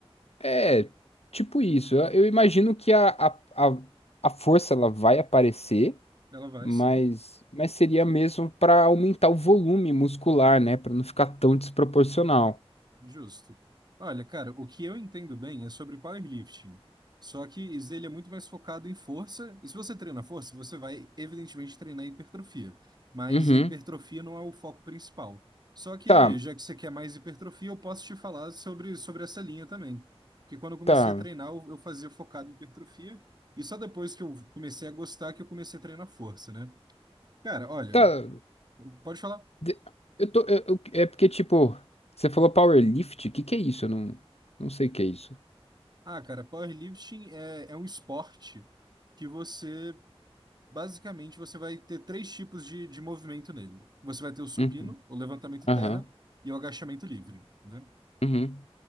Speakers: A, on the left; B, on the right.
A: É, tipo isso. Eu, eu imagino que a, a, a, a força ela vai aparecer,
B: Ela vai,
A: mas,
B: sim.
A: mas seria mesmo para aumentar o volume muscular, né? Para não ficar tão desproporcional.
B: Justo. Olha, cara, o que eu entendo bem é sobre powerlifting. Só que isso ele é muito mais focado em força. E se você treina força, você vai, evidentemente, treinar hipertrofia. Mas
A: Uhum.
B: a hipertrofia não é o foco principal. Só que,
A: Tá,
B: já que você quer mais hipertrofia, eu posso te falar sobre, sobre essa linha também. Porque quando eu comecei
A: tá.
B: a treinar, eu, eu fazia focado em hipertrofia. E só depois que eu comecei a gostar que eu comecei a treinar força, né? Cara, olha,
A: Tá,
B: pode falar.
A: De- Eu tô, eu- eu- é porque, tipo, você falou powerlift? O que que é isso? Eu não, não sei o que é isso.
B: Ah, cara, powerlifting é, é um esporte que você Basicamente, você vai ter três tipos de, de movimento nele. Você vai ter o supino,
A: Uhum.
B: o levantamento
A: Aham.
B: terra e o agachamento livre, né?
A: Uhum.